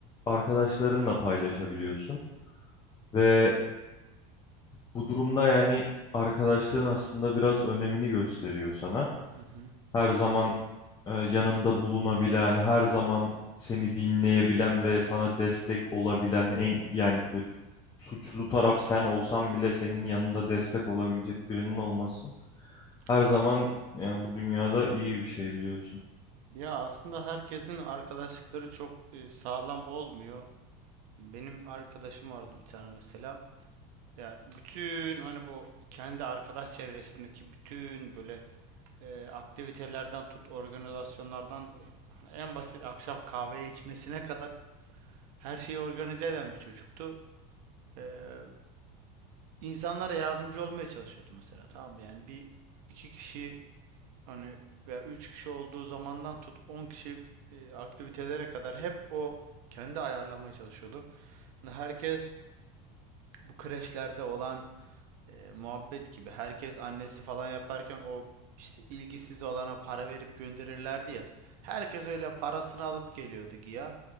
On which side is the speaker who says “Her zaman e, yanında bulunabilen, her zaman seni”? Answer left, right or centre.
Left